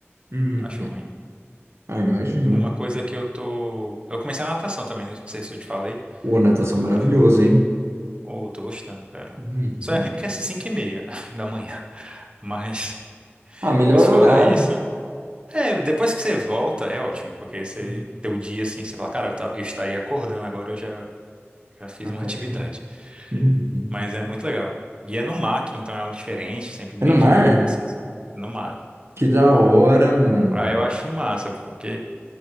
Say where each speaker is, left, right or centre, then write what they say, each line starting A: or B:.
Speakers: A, on the right; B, on the right.
A: uhum.
B: Acho ruim.
A: Ah, imagino.
B: Uma coisa que eu tô. Eu comecei a natação também, não sei se eu te falei.
A: Ô, natação maravilhoso,
B: Eu...
A: hein?
B: Oh, eu tô gostando, cara.
A: Uhum.
B: Só é ruim porque é 5 e meia <laughs> da manhã. Mas.
A: Ah, melhor
B: Mas fora
A: horário.
B: isso, é, depois que você volta, é ótimo, porque você
A: Hum,
B: teu dia assim, você fala, cara, eu, ta- eu estaria acordando agora, eu já, já fiz
A: perfeito.
B: uma <laughs> atividade.
A: Uhum.
B: Mas é muito legal. E é no mar, que então é algo diferente, sempre meio
A: É no mar?
B: dinâmico, assim, sabe? É no mar.
A: Que da hora, mano.
B: ah eu acho massa, porque